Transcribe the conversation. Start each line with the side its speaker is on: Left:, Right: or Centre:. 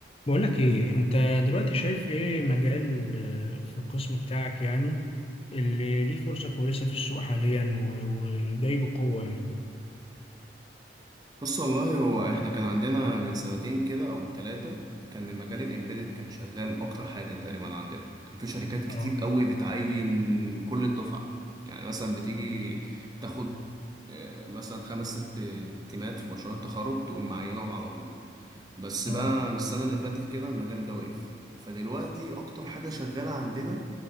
Left: بقولك ايه انت دلوقتي شايف ايه مجال آه، في القسم بتاعك يعني اللي ليه فرصة كويسة في السوق حاليا و- وجاي بقوة يعني
Right: بص والله هو احنا كان عندنا من سنتين كده او ثلاثة كان المجال الامبيدد كان شغال اكتر حاجة تقريبا عندنا كان في شركات كتير
Left: اه
Right: قوي بتعين كل الدفعة يعني مثلا بتيجي تاخد آه، مثلا خمس ست تيمات في مشروع التخرج تقوم معينهم على طول بس
Left: اه
Right: بقى من السنة اللي فاتت كده المجال ده وقف فدلوقتي أكتر حاجة شغالة عندنا